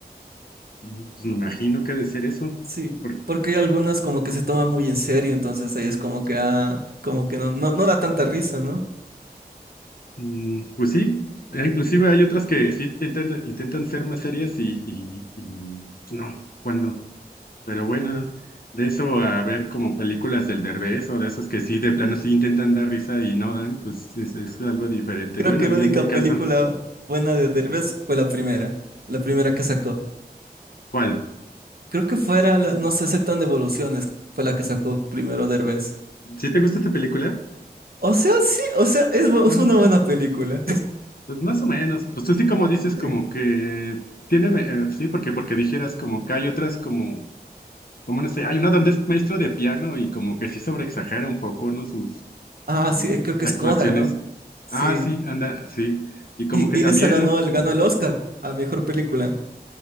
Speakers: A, on the left (about 65°); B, on the right (about 65°).
A: mm, pues me imagino que ha de ser eso.
B: Sí.
A: Por-
B: Porque hay algunas como que se toman muy en serio, entonces ahí es como que ah, como que no, no, no da tanta risa, ¿no?
A: mm, pues sí, Eh, inclusive hay otras que sí intentan, intentan ser más serias y, y, y, pues, no, cuando Pero bueno, ¿no? De eso a ver como películas del Derbez o de esos que sí, de plano sí intentan dar risa y no dan, pues es, es algo diferente.
B: Creo
A: Bueno,
B: que
A: a
B: la
A: mí
B: única
A: en mi caso,
B: película buena de Derbez fue la primera, la primera que sacó.
A: ¿cuál?
B: Creo que fuera la, No se aceptan devoluciones, fue la que sacó primero Derbez.
A: ¿Sí te gusta esta película?
B: O sea, sí, o sea, es, bu-
A: Mm,
B: es una buena película.
A: pues más o menos. Pues tú sí como dices como
B: <laughs>
A: que tiene, eh, sí, porque porque dijeras como que hay otras como, como no sé, hay una donde es maestro de piano y como que sí sobreexagera un poco, ¿no? Sus,
B: Ah,
A: sus
B: sí, eh, creo que
A: actuaciones.
B: es Coda, ¿no? Sí.
A: Ah, sí, anda, sí. Y como
B: Y,
A: que
B: y
A: también,
B: esa ganó
A: ¿no?
B: el, ganó el Oscar a mejor película.